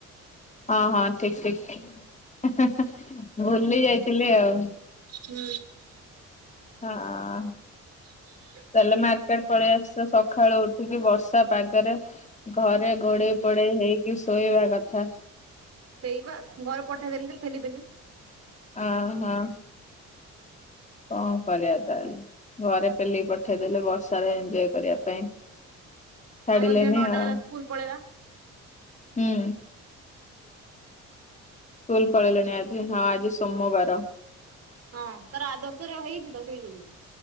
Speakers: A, on the left (about 25°); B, on the right (about 50°).
A: ହଁ ହଁ ଠିକ ଠିକ। <inaudible> ଭୁଲି ଯାଇଥିଲି ଆଉ।
B: ହୁଁ।
A: ହଁ।
B: <unintelligible>
A: ତାହେଲେ ମାର୍କେଟ ପଳେଇ ଆସଛ ସକାଳୁ ଉଠିକି ବର୍ଷା ପାଗରେ ଘରେ ଘୋଡେଇ ପୋଡେଇ ହେଇକି ଶୋଇବା କଥା।
B: ସେଇ ବା, ଘରୁ ପଠେଇଦେଲି ଠେଲିପେଲି।
A: ଅ ହଁ। କଣ କରିଆ ତାହେଲେ? ଘରେ ପେଲିକି ପଠେଇଦଲେ ବର୍ଷାରେ ଏଞ୍ଜୟ୍ କରିବା ପାଇଁ। ଛାଡିଲେନି
B: ଆମ ଝିଅ ନଅଟା
A: ଆଉ।
B: ବେଳେ ସ୍କୁଲ ପଳେଇଲା
A: ହୁଁ। ସ୍କୁଲ ପଳେଇଲେଣି ଆଜି, ହଁ ଆଜି ସୋମବାର।
B: ହଁ, ତାର ଆଦର୍ଶରେ ହେଇଛି ତ। ସେଇ ଯୋଗୁରୁ।